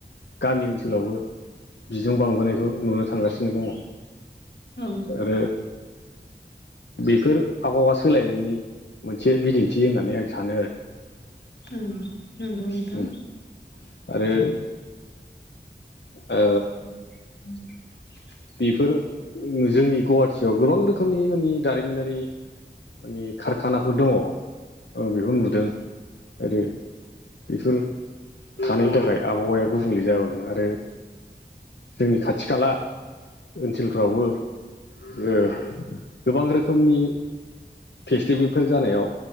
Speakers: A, on the left (about 85°); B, on the left (about 70°).
A: गामि ओनसोलावबो बिदुं बांबोनायखौ नुनो थांगासिनो दङ।
B: औ
A: आरो बेफोर आबहावा सोलायनायनि मोनसे बिदिन्थि होननानै आं सानो आरो।
B: औ नंगौ नोंथां।
A: उम आरो ओ
B: <inaudible>
A: बेफोर जोंनि गुवाहाटि गोबां रोखोमनि माने दारिमिनारि माने कारखानाफोर दङ। ओं बेखौ नुदों आरो बेफोर थानायनि थाखाय आबहावाया गुबुंले जाबोदों आरो जोंनि खाथि खाला ओनसोलफ्रावबो ओ गोबां रोखोमनि फेस्टिभेलफोर जानायाव